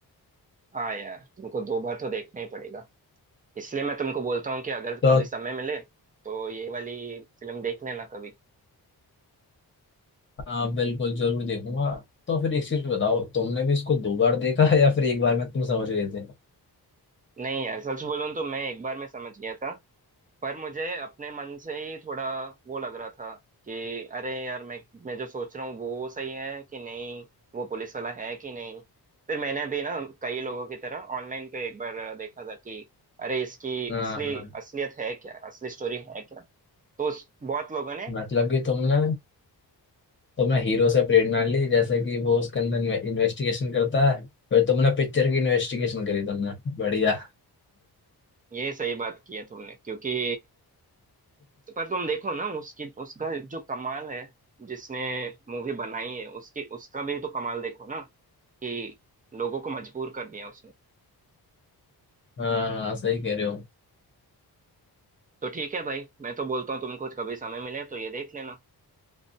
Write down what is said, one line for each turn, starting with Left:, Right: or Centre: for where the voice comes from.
Right: हाँ यार तुमको दो बार तो देखना ही पड़ेगा इसलिए मैं तुमको बोलता हूँ कि अगर
Left: तो
Right: कभी समय मिले तो ये वाली फिल्म देख लेना कभी
Left: हाँ बिल्कुल जरूर देखूंगा तो फिर एक चीज बताओ तुमने भी इसको दो बार देखा है या फिर एक बार में तुम समझ गए थे
Right: नहीं यार सच बोलूँ तो मैं एक बार में समझ गया था पर मुझे अपने मन से ही थोड़ा वो लग रहा था कि अरे यार मैं मैं जो सोच रहा हूँ वो सही है कि नहीं वो पुलिस वाला है कि नहीं फिर मैंने भी ना कई लोगों की तरह ऑनलाइन पे एक बार देखा था कि अरे इसकी
Left: हाँ
Right: असली
Left: हाँ
Right: असलियत है क्या असली स्टोरी है क्या तो उस- बहुत लोगों ने
Left: मतलब कि तुमने तुमने हीरो से प्रेरणा ली जैसे कि वो उसके अंदर इन्वेस्टिगेशन करता है फिर तुमने पिक्चर की इन्वेस्टिगेशन करी तुमने बढ़िया
Right: ये सही बात की है तुमने क्योंकि पर तुम देखो ना उसकी उसका जो कमाल है जिसने मूवी बनाई है उसकी उसका भी तो कमाल देखो ना कि लोगों को मजबूर कर दिया उसने
Left: हाँ हाँ सही कह रहे हो
Right: तो ठीक है भाई मैं तो बोलता हूँ तुमको कभी समय मिले तो ये देख लेना